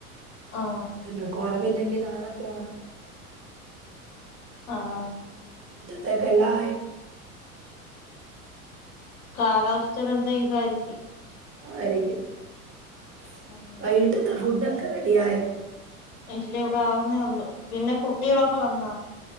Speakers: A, on the left; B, on the right.
A: ആഹ്
B: എന്ന കുറവില്ലെ ങ്കി നാളെ പോണം
A: ആഹ
B: തെകലായോ
A: കാലാവസ്ഥയിലെന്തോ ഇതായിരിക്കും
B: ആയിരിക്കും <unintelligible>
A: ഉം
B: വൈകട്ടത്തെ ഫുഡക്ക ക്കറെഡിയായ
A: ഇല്ല ഇവിടെ ആവുന്നേ ഉള്ളു പിന്നെ കുട്ടികളൊക്ക വന്നാ